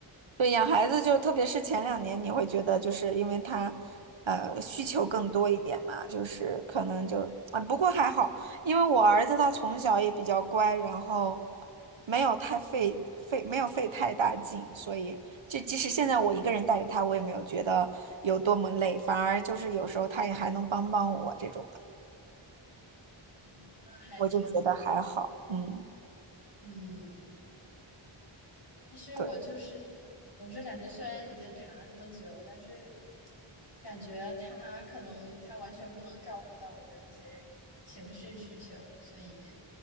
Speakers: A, on the right; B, on the left.
A: 对，养孩子就特别是前两年，你会觉得就是因为他，呃，需求更多一点嘛，就是可能就啊，不过还好，因为我儿子他从小也比较乖，然后没有太费费没有费太大劲，所以就即使现在我一个人带着他，我也没有觉得有多么累，反而就是有时候他也还能帮帮我这种的，
B: 嗯，那还挺好。
A: 我就觉得还好，嗯。
B: 嗯，其实我就是
A: 对。
B: 总是感觉，虽然已经谈了这么久，但是感觉他可能他完全不能照顾到我的一些情绪需求，所以，